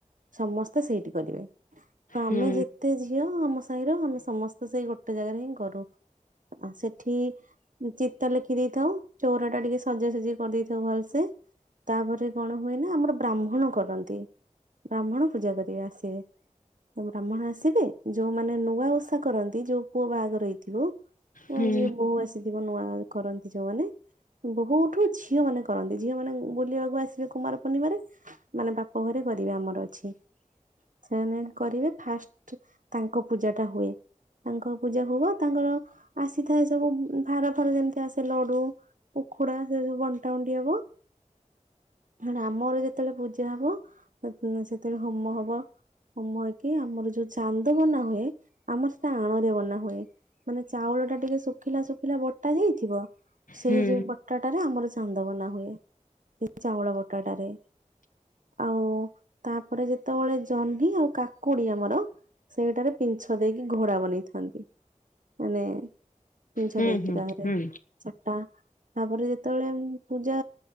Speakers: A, on the right; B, on the left.
A: ସମସ୍ତେ ସେଇଠି କରିବେ ତ ଆମେ
B: ହୁଁ
A: ଯେତେ ଝିଅ ଆମ ସ ସାହିର ଆମେ ସମସ୍ତେ ସେଇ ଗୋଟେ ଜାଗାରେ ହିଁ କରୁ ଓ ସେଠି ଚିତା ଲେଖି ଦେଇଥାଉ ଚଉରା ଟା ଟିକେ ସଜାସଜି କରିଦେଇଥାଉ ଭଲସେ ତାପରେ କଣ ହୁଏ ନା ଆମର ବ୍ରାହ୍ମଣ କରନ୍ତି ବ୍ରାହ୍ମଣ ପୂଜା କରିବେ ଆସିବେ। ବ୍ରାହ୍ମଣ ଆସିବେ ଯୋଉମାନେ ନୂଆ ଓଷା କରନ୍ତି ଯୋଉ ପୁଅ ବାହାଘର ହେଇଥିବ ହଁ
B: ହୁଁ
A: ଯିଏ ବହୁ ଆସ ଥିବ ନୂଆ କରନ୍ତି ଯୋଉମାନେ ବହୁଠୁ ଝିଅ ମାନେ କରନ୍ତି ଝିଅ ମାନେ ବୁଲିବାକୁ ଆସ ସିବେ କୁମାର ପୂର୍ଣ୍ଣିମାରେ ମାନେ ବାପ ଘରେ କରିବେ ଆମର ଅଛି। ସେମାନେ କରିବେ ଫାଷ୍ଟ ତାଙ୍କ ପୂଜା ଟା ହୁଏ। ତାଙ୍କ ପୂଜା ଭୋଗ ତାଙ୍କର ଆସିଥାଏ ସବୁ ଭାର ଫାର ଯେମିତି ଆସେ ଲଡ଼ୁ। ଉଖୁଡ଼ା ସବୁ ବଣ୍ଟା ବଣ୍ଟି ହବ। ମାନେ ଆମର ଯେତେବେଳେ ପୂଜା ହବ <unintelligible> ସେତେବେଳେ ହୋମ ହବ। ହୋମ ହେଇକି ଆମର ଯୋଉ ଚାନ୍ଦ ବନା ହୁଏ ଆମର ସେଟା ଆଣ ରେ ବନା ହୁଏ। ମାନେ ଚାଉଳ ଟା ଟିକେ ଶୁଖିଲା ଶୁଖିଲା ବଟା ଯାଇଥିବ। ସେଇ
B: ହୁଁ
A: ଯୋଉ ବଟାଟାରେ ଆମର ଚାନ୍ଦ ବନା ହୁଏ ସେଇ ଚାଉଳ ବଟାଟାରେ। ଆଉ ତାପରେ ଯେତେବେଳେ ଜହ୍ନି ଆଉ କାକୁଡ଼ୀ ଆମର ସେଇଟାରେ ପିଂଛ ଦେଇକି ଘୋଡ଼ା ବନେଇଥାନ୍ତି ମାନେ <unintelligible>
B: ହୁଁ ହୁଁ
A: ଚାରିଟା
B: ହୁଁ
A: ତାପରେ ଯେତେବେଳେ ପୂଜା